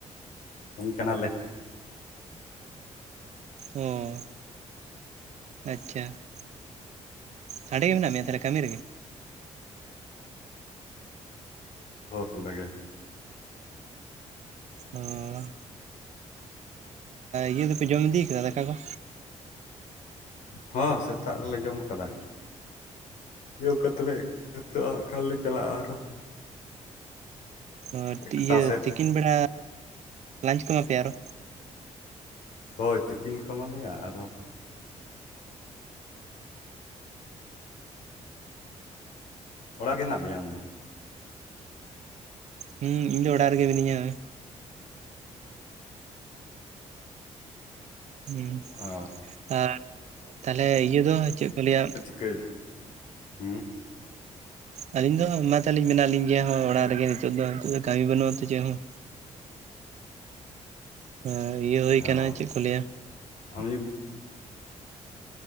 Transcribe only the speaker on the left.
ᱠᱟᱹᱢᱤ ᱠᱟᱱᱟᱞᱮ
ᱦᱳᱭ ᱚᱸᱰᱮ ᱜᱮ
ᱦᱚᱸ ᱥᱮᱛᱟᱜ ᱨᱮᱞᱮ ᱡᱚᱢ ᱟᱠᱟᱫᱟ ᱡᱚ ᱠᱟᱛᱮ ᱞᱮᱛᱩᱟᱹᱜᱼᱟ ᱠᱷᱟᱹᱞᱤ ᱪᱞᱟᱟᱜ ᱟᱨᱚ
ᱮᱠᱴᱟ
ᱥᱮᱫ
ᱦᱳᱭ ᱛᱤᱠᱤᱱ ᱠᱚᱢᱟ ᱞᱮᱭᱟ ᱟᱨᱚ ᱚᱲᱟᱜ ᱜᱮ ᱱᱟᱜ ᱢᱮᱭᱟ ᱟᱢ ᱫᱚ
ᱚ
<unintelligible> ᱠᱟᱹ ᱫᱚ
ᱚ
ᱟᱢᱤᱱ